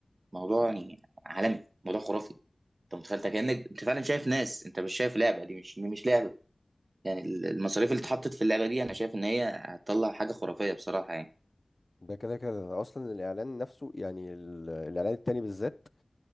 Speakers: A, on the right; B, on the left.
A: موضوع يعني عالمي موضوع خرافي انت متخيل أنت كانك انت فعلا شايف ناس انت مش شايف لعبه دي مش دي مش لعبه يعني المصاريف اللي اتحطت في اللعبه دي انا شايف ان هي هتطلع حاجه خرافيه بصراحه يعني
B: ده كده كده اصلا الاعلان نفسه يعني ال- الاعلان التاني بالذات